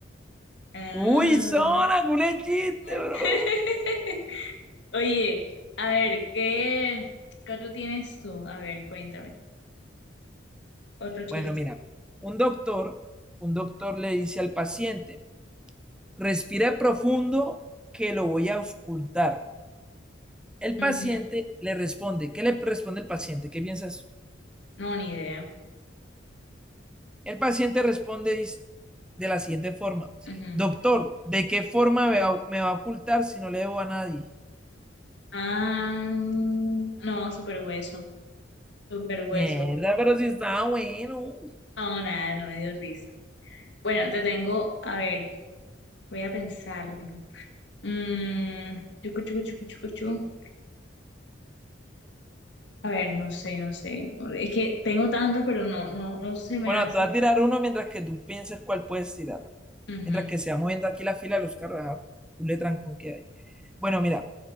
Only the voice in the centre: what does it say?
Uy, zona, culé chiste,
bro.
Bueno, mira, un doctor, un doctor le dice al paciente, Respire profundo que lo voy a auscultar. El
paciente le responde. ¿Qué le responde el paciente? ¿Qué piensas?
El paciente responde de la siguiente forma.
Doctor, ¿de qué forma me va, me va a ocultar si no le debo a nadie?
Mierda, pero si estaba bueno.
Bueno,
te voy a tirar uno mientras que tú pienses cuál puedes tirar.
Mientras que se va moviendo aquí la fila de los carros, ah, tú le trancón que hay. Bueno, mira,